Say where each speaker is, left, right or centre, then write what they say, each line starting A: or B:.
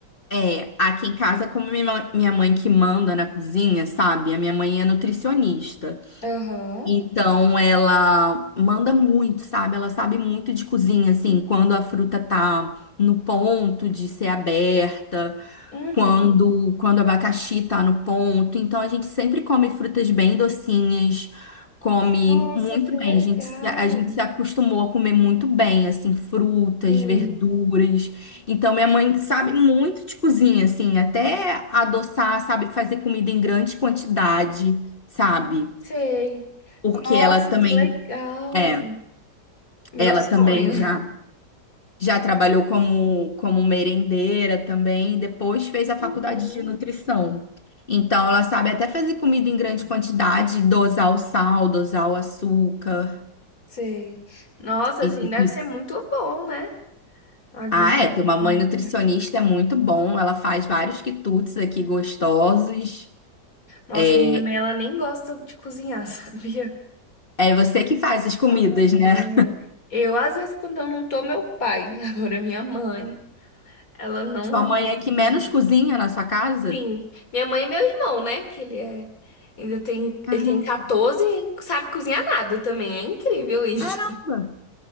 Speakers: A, on the left; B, on the left.
A: É, aqui em casa, como minha ma- minha mãe que manda na cozinha, sabe? A minha mãe é nutricionista.
B: Aham.
A: Então ela manda muito, sabe? Ela sabe muito de cozinha, assim, quando a fruta tá no ponto de ser aberta,
B: Uhum.
A: quando quando o abacaxi tá no ponto. Então a gente sempre come frutas bem docinhas, come
B: Nossa,
A: muito
B: que legal.
A: bem. A gente se, a gente se acostumou a comer muito bem, assim, frutas,
B: Sim,
A: verduras. Então minha mãe sabe muito de cozinha, assim, até adoçar, sabe fazer comida em grande quantidade, sabe?
B: sei.
A: porque
B: Nossa,
A: ela também
B: que legal.
A: é,
B: Meu
A: ela
B: sonho.
A: também já já trabalhou como como merendeira também, e depois fez a faculdade
B: Uhum.
A: de nutrição. Então ela sabe até fazer comida em grande quantidade, dosar o sal, dosar o açúcar.
B: Sei. Nossa, assim,
A: E-
B: deve ser muito bom, né? A vida
A: Ah,
B: em
A: é, ter uma
B: família.
A: mãe nutricionista é muito bom. Ela faz vários quitutes aqui gostosos.
B: Nossa,
A: É,
B: minha mãe, ela nem gosta de cozinhar, <laughs> sabia?
A: é você que faz as comidas,
B: Ai,
A: né?
B: ai, é. Eu, às vezes, quando eu não tô, meu pai. <laughs> Agora, é minha mãe. Ela não
A: Sua mãe
B: gosta
A: é que
B: de.
A: menos cozinha na sua casa?
B: Sim. Minha mãe e meu irmão, né? Que ele é. Ainda tem.
A: Caramba.
B: Ele tem 14 e hein, sabe cozinhar nada também. É incrível isso.
A: Caramba.
B: <laughs>